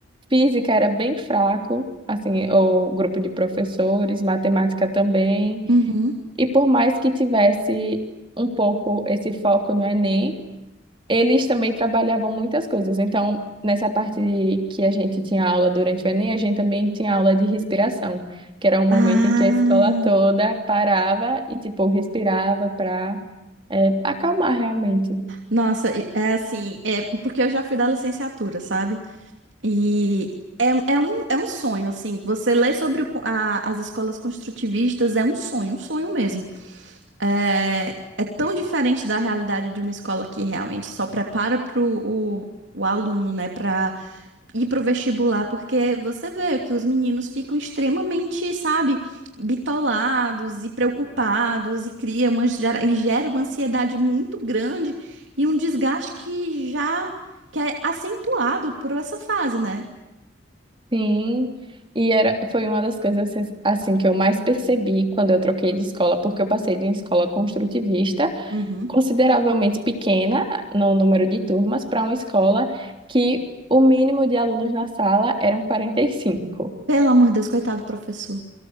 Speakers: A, on the right; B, on the right.
A: física era bem fraco, assim, o grupo de professores, matemática também.
B: uhum.
A: E por mais que tivesse um pouco esse foco no Enem, eles também trabalhavam muitas coisas. Então, nessa parte que a gente tinha aula durante o Enem, a gente também tinha aula de respiração, que era um
B: Ah,
A: momento em que a escola toda parava e, tipo, respirava para acalmar realmente.
B: nossa, e- é assim, é porque eu já fui da licenciatura, sabe? E é, é um, é um sonho, assim. Você lê sobre o co- a- as escolas construtivistas é um sonho, um sonho mesmo. É, é tão diferente da realidade de uma escola que realmente só prepara para o, o aluno, né, para ir para o vestibular, porque você vê que os meninos ficam extremamente, sabe, bitolados e preocupados e cria uma, gera- e gera uma ansiedade muito grande e um desgaste que já que é acentuado por essa fase, né?
A: Sim. E era, foi uma das coisas assim assim, que eu mais percebi quando eu troquei de escola, porque eu passei de uma escola construtivista,
B: Uhum.
A: consideravelmente pequena no número de turmas, para uma escola que o mínimo de alunos na sala eram 45.
B: Pelo amor de Deus, coitado do professor.